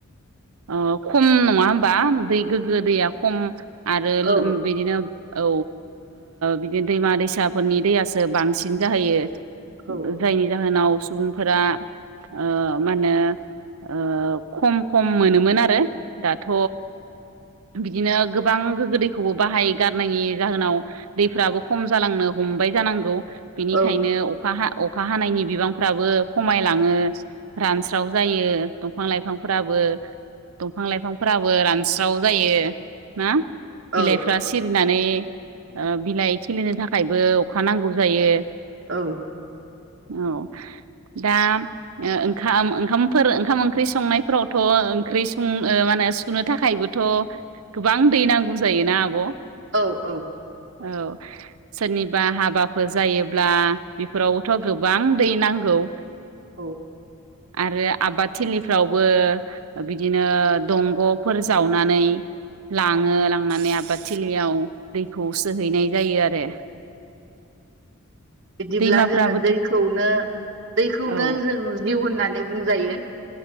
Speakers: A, on the right; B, on the right.
A: अ खम नङा होमबा दै गोग्गो दैया खम आरो
B: औ
A: बिदिनो औ बिदिनो दैमा दैसाफोरनि दैयासो बांसिन जाहैयो
B: औ
A: जायनि जाहोनाव सुबुंफोरा ओ माहोनो ओ खम खम मोनोमोन आरो दाथ' बिदिनो गोबां गोग्गो दैखौबो बाहाय गारनायनि जाहोनाव दैफ्राबो खम जालांनो हम बाय जानांगौ बिनिखायनो
B: औ
A: अखा अखा हानायनि बिबांफ्राबो खमायलाङो रानस्राव जायो। दंफां लाइफांफोराबो दंफां लाइफांफोराबो रानस्राव जायो ना?
B: औ
A: बिलाइफ्रा सिरिनानै बिलाइ खिलिनो थाखायबो अखा नांगौ जायो।
B: औ।
A: औ दा ओ ओंखाम ओंखामफोर ओंखाम ओंख्रि संनायफोरावथ' ओंख्रि सं माने सुनो थाखायबोथ' गोबां दै नांगौ जायोना आब'
B: औ औ।
A: औ सोरनिबा हाबाफोर जायोब्ला बेफोरावबोथ' गोबां दै नांगौ। औ।
B: औ
A: आरो आबाद थिलिफ्रावबो बिदिनो दंग'फोर जावनानै लाङो लांनानै आबाद थिलियाव दैखौ सोहैनाय जायो आरो
B: <inaudible> बिदिब्ला
A: दैमाफ्राबोथ'
B: जोङो दैखौनो दैखौनो
A: औ
B: जों जिउ होननानै होननानै बुंजायो।